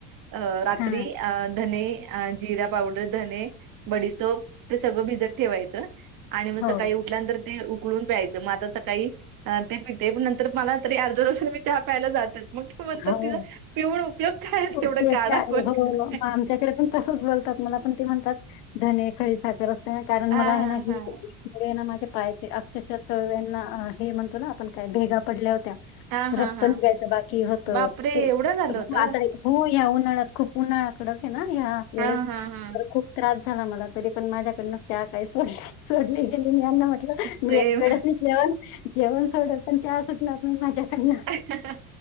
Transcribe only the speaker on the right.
अ रात्री
अ धने अ जिरा पावडर धने. बडीसो ते सगळं भिजत ठेवायचं आणि मग
सकाळ उ उठल्यानंतर ते उकळून प्यायचं म आता सा काळी काही ते पिते पण नंतर मला तरी अर्ध तसून मी चहा प्यायला जातेच. मग ते म्हणतात
तिचा पिऊून उपयोग काय
तेवढं काढा वगैरे
हां,
हां,
हां.
हां, हां,
हां.
बापरे!
एवढं झालं होतं?
हां, हां, हां.
सेम.
हा हा